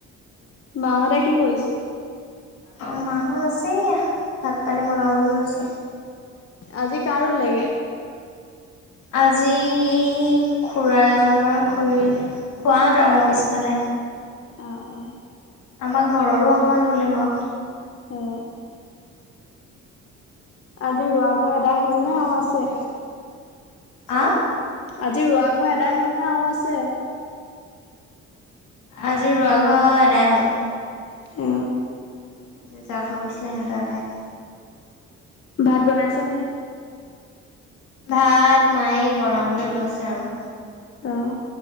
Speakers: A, on the left; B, on the left.
A: মাহঁতে কি কৰিছে
B: অ মাঁহত আছে এইয়া ভাত পানী বনাবলৈ লৈছে
A: আজি কাৰ ৰুলেগে
B: আজি এই খুৰা এজনৰ খুৰীৰ খোড়াহঁতৰ আমাৰ পিছফালে
A: অ অ।
B: আমাৰ ঘৰৰো অকমান ৰুলে বাও।
A: অঁ। আজি ৰোৱা ঘৰ এদাই হল নে আৰু আছে?
B: আঁ?
A: আজি ৰোৱা ঘৰ এদাই হল নে আৰু আছে?
B: আজি ৰোৱা ঘৰ এদাই হ'ল।
A: অ।
B: আজি যাৰ ঘৰত ৰোইছিলে সেহঁত এদাই।
A: ভাত বনাইছা নে?
B: ভাত মাই বনাবলে লৈছে আৰু।
A: অ।